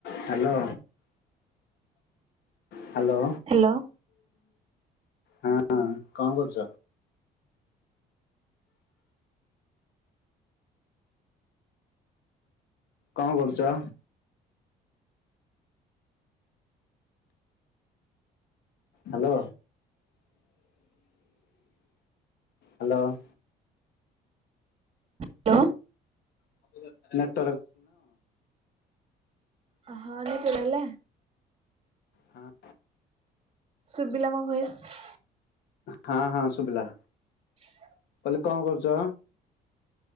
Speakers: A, on the left; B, on the right.
A: Hello. Hello.
B: Hello.
A: ହଁ କଣ କରୁଛ? କଣ କରୁଛ? <inaudible> ହ୍ୟାଲୋ। ହ୍ୟାଲୋ।
B: ହ୍ୟାଲୋ।
A: ଆ <inaudible>
B: ହଁ ଲେଟେହେଲା କି?
A: ହଁ।
B: ସୁୁରବିଲା ମ ଭଏସ।
A: ହଁ ହଁ ଶୁବଲା।
B: <inaudible>
A: କଣ କରୁଛ?